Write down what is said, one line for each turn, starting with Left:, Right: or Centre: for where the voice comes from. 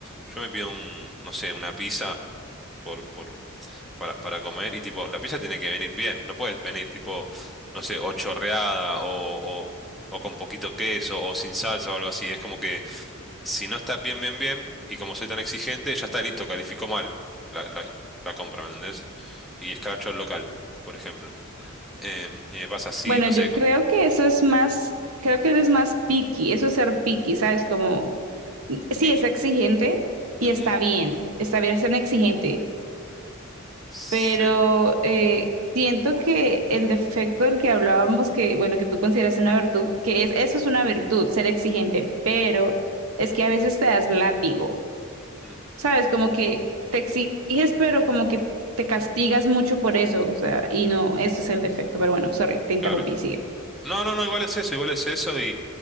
Centre: yo me pido un, no sé, una pizza. por por para, para comer y tipo, la pizza tiene que venir bien, no puedes venir tipo, no sé, o chorreada o, o, o con poquito queso o sin salsa o algo así. Es como que si no está bien, bien, bien, y como soy tan exigente, ya está listo, califico mal la, la, la compra, ¿me entendés? Y escracho al local, por ejemplo. Em, y me pasa así,
Right: Bueno,
Centre: no
Right: yo
Centre: sé, con
Right: creo que eso es más, creo que eres más picky, eso es ser picky, ¿sabes? Como sí
Centre: Piki.
Right: es exigente y
Centre: Ujú.
Right: está bien, está bien ser exigente,
Centre: Sí,
Right: pero eh, siento que el defecto del que hablábamos, que bueno, que tú consideras una virtud, que es, eso es una virtud, ser exigente, pero es que a veces te das látigo,
Centre: mm,
Right: ¿sabes? Como que te exiges, pero como que te castigas mucho por eso, o sea, y no, ese es el defecto, pero bueno, sorry, te interrumpí,
Centre: claro.
Right: sigue.
Centre: No, no, no, igual es eso, igual es eso y,